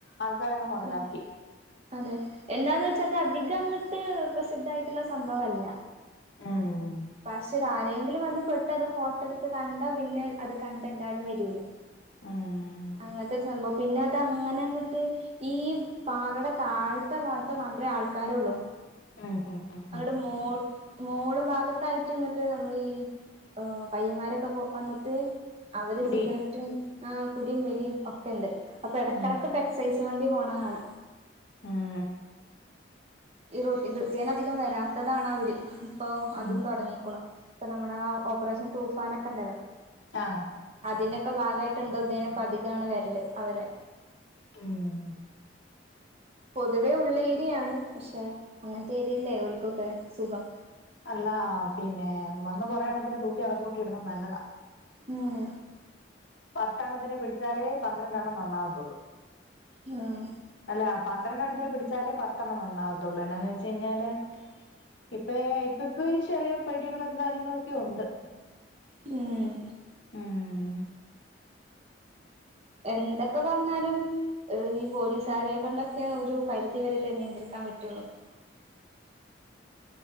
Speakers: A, on the left; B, on the right.
A: ആൾക്കാരങ്ങ് മൊതലാക്കി.
B: ഉം അതെ എന്താന്ന് വെച്ചാത് അധികങ്ങട്ട് പ്രസിദ്ധായിട്ട്ള്ള സംഭവല്ല.
A: ഉം
B: പക്ഷെ ഇതാരെയെങ്കിലും വന്ന് പെട്ട് അത് ഫോട്ടട്ത്ത് കണ്ടാ പിന്നെ അത് കണ്ടെല്ലാരും വെരൂലേ
A: മ്
B: അങ്ങൻത്തൊരു സംഭവം പിന്നതങ്ങനങ്ങട്ട് ഈ പാറേടെ താഴ്ത്തെ ഭാഗത്ത് മാത്രേ ആൾക്കാരൊള്ളൂ.
A: ഹ്ം ഹ്ം ഹം
B: അങ്ങട്ട് മോൾ മോള് ഭാഗത്തായിട്ട്ങ്ങട്ട് നമ്മളീ എഹ് പയ്യങ്ങാരൊക്കെ കോ വന്ന്ട്ട് അവര്
A: കുടി
B: സിഗരറ്റും ആ കുടീം, വലിം ഒക്കെണ്ട് അപ്പയെടക്കട്ക്ക്പ്പം
A: ഉം
B: <unintelligible> വണ്ടി പോണകാണാ
A: കുടി ഉം
B: ഈ റോട്ടി ഇത് ഇതിയാനധികം വരാത്തതാണാവര് ഇപ്പൊ അതും
A: ഉം
B: തൊടങ്ങിക്ക്ണു ഇപ്പ നമ്മടാ ഓപ്പറേഷൻ തൂഫാനൊക്കെണ്ടല്ലോ
A: ആഹ്
B: അതിന്റൊക്കെ ഭാഗമായിട്ട എന്തോതിന് പതികാണ് വരല് അവരെ
A: മ്ഹ്
B: പൊതുവേ ഉള്ള് ഏരിയാണ് പക്ഷെ അങ്ങനത്തെ ഏരിയല്ലേ ഓൾക്കൊക്കെ സുഖം
A: അല്ല പിന്നെ വന്ന് കൊറെ എണ്ണത്തിനെ തൂക്കി അകത്തുകൊണ്ടിടുന്നത് നല്ലതാ.
B: മ്ഹ്
A: പത്ത് എണ്ണത്തിനെ പിടിച്ചാലേ പന്ത്രണ്ടെണ്ണം നന്നാവത്തുള്ളൂ.
B: മ്ഹ്
A: അല്ല പന്ത്രണ്ടെണ്ണത്തിനെ പിടിച്ചാലേ പത്തെണ്ണം നന്നാകത്തുള്ളൂ എന്നാന്ന് വെച്ച് കഴിഞ്ഞാല് ഇപ്പ ഇപ്പ ഇപ്പൊ ഒരു ചെറിയ പേടികളും കാര്യങ്ങളും ഒക്കെ ഉണ്ട്
B: മ്ഹ്
A: ഉം
B: എന്തൊക്കെ പറഞ്ഞാലും ഈ പോലീസുകാരെ കൊണ്ടൊക്കെ ഒരു പരിധിവരെല്ലേ നിയന്ത്രിക്കാൻ പറ്റുള്ളൂ? <inaudible>